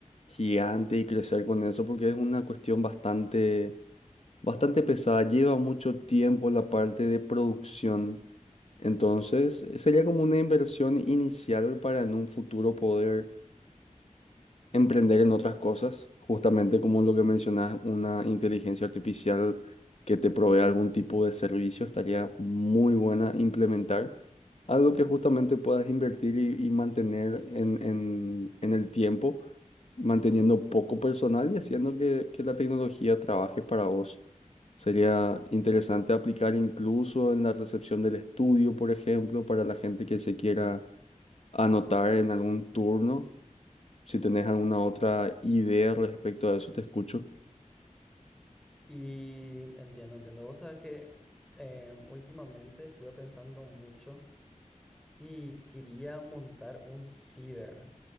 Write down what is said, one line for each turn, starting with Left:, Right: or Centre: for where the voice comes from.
Left: gigante y crecer con eso, porque es una cuestión bastante, bastante pesada, lleva mucho tiempo la parte de producción, entonces sería como una inversión inicial para en un futuro poder emprender en otras cosas, justamente como lo que mencionas, una inteligencia artificial que te provea algún tipo de servicio, estaría muy buena implementar. Algo que justamente puedas invertir y, y mantener en, en, en el tiempo, manteniendo poco personal y haciendo que, que la tecnología trabaje para vos. Sería interesante aplicar incluso en la recepción del estudio, por ejemplo, para la gente que se quiera anotar en algún turno si tenés alguna otra idea respecto a eso, te escucho.
Centre: Y entiendo, entiendo. Vos sabés que em, últimamente estuve pensando mucho y quería montar un ciber.